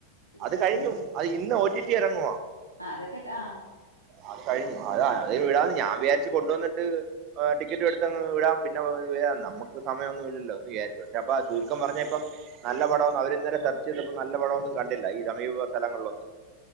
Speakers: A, on the left (about 85°); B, on the right (about 35°).
A: സൂപ്പർ
B: അത് കഴിഞ്ഞു
A: സിനിമയായിരുന്നു
B: അത് ഇന്ന് ഓടിടി ഇറങ്ങുവ
A: ആഹ് അതൊക്കെ ആഹ്
B: അത് കഴിഞ്ഞു അത് അ വിടാന്ന് ഞാൻ വിചാരിച്ച് കൊണ്ടുവന്നിട്ട്- ടിക്കറ്റ് എടുത്തങ്ങ് വിടാം പിന്നെ വരാം നമുക്ക് സമയമൊന്നും ഇല്ലല്ലൊ എന്ന് വിചാരി- പക്ഷെ അപ്പ ചുരുക്കം പറഞ്ഞാ ഇപ്പം നല്ല പടം ഒന്ന് അവര് ഇന്നലെ സെർച്ച് ചെയ്തപ്പ നല്ല പടമൊന്നും- കണ്ടില്ല ഈ സമീപത്തുള്ള സ്ഥലങ്ങളിലൊന്നും